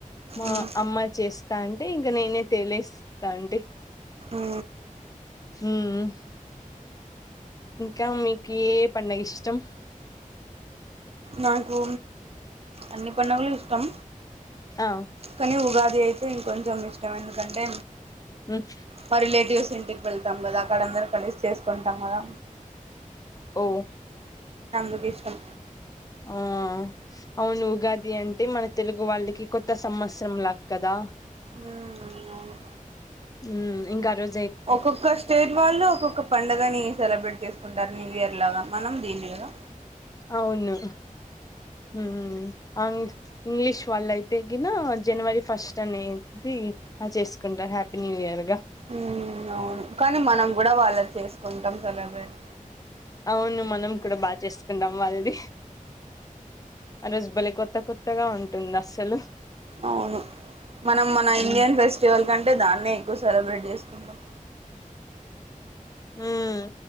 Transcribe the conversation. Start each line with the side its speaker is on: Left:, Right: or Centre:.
Left: మా
Right: ఉమ్
Left: అమ్మ చేస్తాం ద్ అంటే ఇంక నేనే తెలస్తా అండి
Right: మ్
Left: మ్.. ఇంకా మీకు ఏ పండగ ఇష్టం
Right: నాకు అన్ని పడుగలు ఇష్టం
Left: ఆమ్
Right: కానీ ఉగాది అయితే ఇం కొంచెం ఇష్టం ఎందుకంటే
Left: ఉమ్,
Right: మా రిలేటివ్స్ ఇంటికి వెళ్తాం కదా అక్కడ అందరం కలిసి చేసుకుంటాం కదా
Left: ఓ
Right: అందుకి ఇష్టం
Left: ఆ అవును ఉగాది అంటే మన తెలుగు వాళ్ళకి కొత్త సంవత్సరం లాక్ కదా
Right: మ్మ్, అవును
Left: ఉమ్ ఇంక ఆ రోజ్
Right: ఒక్కొక్క స్టేట్ వాళ్ళు ఒక్కొక్క పండుగని సెలబ్రెట్ చేసుకుంటారు న్యూ ఇయర్ లాగా మనం దీన్నీ గదా
Left: అవును మ్.. అండ్ ఇంగ్లీష్ వాళ్ళు అయితే కిన జనవరి ఫస్ట్ అనేది చేసుకుంటారు హ్యాపీ న్యూ ఇయర్గా
Right: మ్మ్, కానీ మనం కూడా వాళ్ళది చేసుకుంటాం సెలబ్రేట్
Left: అవును మనం కూడా బాగా చేసుకుంటాం వాల్ది ఆరోజు బలె కొత్త కొత్తగా ఉంటుంది అస్సలు
Right: అవును మనం మన ఇండియన్
Left: ఉమ్
Right: ఫెస్టివల్ కంటే దాన్నే ఎక్కువ సెలబ్రేట్ చేసుకుంటాం
Left: ఉమ్..